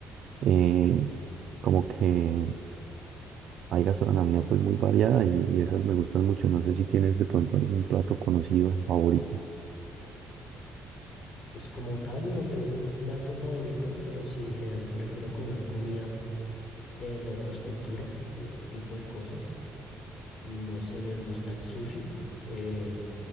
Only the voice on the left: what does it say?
Pues como tal, no tengo un plato favorito, pero sí en general prefiero comer comida de, de otras culturas y ese tipo de cosas. No sé, me gusta el sushi. eh,